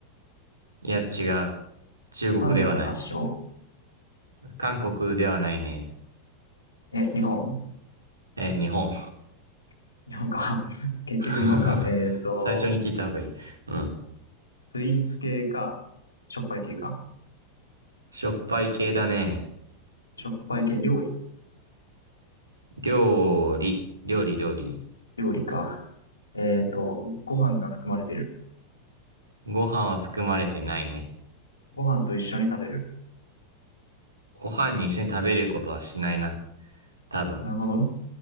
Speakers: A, on the right (about 80°); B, on the left (about 80°).
A: いや、違う。中国ではない。
B: 韓国発祥。
A: 韓国ではないね。
B: え、日本
A: え、日本。
B: <laughs> 日本か。<laughs> 結局日本か。
A: <laughs>
B: えーっと、
A: 最初に聞いた方がいい。うん。
B: スイーツ系か、しょっぱい系か。
A: しょっぱい系だね。
B: しょっぱい系、料理
A: 料理、料理、料理。
B: 料理か。えーっと、ご飯が含まれてる。
A: ご飯は含まれてないね。
B: ご飯と一緒に食べる。
A: ご飯に一緒に食べることはしないな。多分。
B: なるほど。